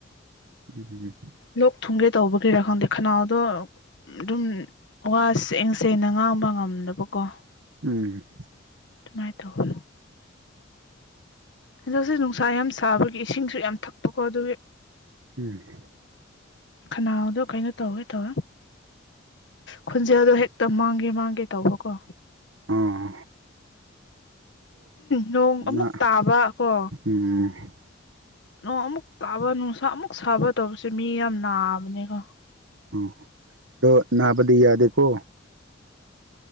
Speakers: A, on the right (about 75°); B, on the left (about 60°).
A: ꯎꯝ
B: ꯂꯣꯛ ꯊꯨꯡꯒꯦ ꯇꯧꯕꯒꯤꯔꯥ ꯈꯪꯗꯦ ꯈꯅꯥꯎꯗꯣ ꯑꯗꯨꯝ ꯋꯥ ꯁꯦꯡ ꯁꯦꯡꯅ ꯉꯥꯡꯕ ꯉꯝꯗꯕꯀꯣ
A: ꯎꯝ
B: ꯗꯨꯃꯥꯏ ꯇꯧꯍꯜꯂꯣ ꯍꯟꯗꯛꯁꯦ ꯅꯨꯡꯁꯥ ꯌꯥꯝ ꯁꯥꯕꯒꯤ ꯏꯁꯤꯡꯁꯨ ꯌꯥꯝ ꯊꯛꯄꯀꯣ ꯑꯗꯨꯒꯤ
A: ꯎꯝ
B: ꯈꯅꯥꯎꯗꯣ ꯀꯩꯅꯣ ꯇꯧꯋꯦ ꯇꯧꯋꯦ ꯈꯨꯟꯖꯦꯜꯗꯣ ꯍꯦꯛꯇ ꯃꯥꯡꯒꯦ ꯃꯥꯡꯒꯦ ꯇꯧꯕꯀꯣ
A: ꯑꯥ
B: ꯅꯣꯡ ꯑꯃꯨꯛ
A: ꯅꯥ
B: ꯇꯥꯕ ꯀꯣ
A: ꯎꯝ
B: ꯑꯣ ꯑꯃꯨꯛ ꯇꯥꯕ ꯅꯨꯡꯁꯥ ꯑꯃꯨꯛ ꯁꯥꯕ ꯇꯧꯕꯁꯦ ꯃꯤ ꯌꯥꯝ ꯅꯥꯕꯅꯦꯀꯣ
A: ꯑꯣ ꯅꯅꯥꯕꯗꯤ ꯌꯥꯗꯦꯀꯣ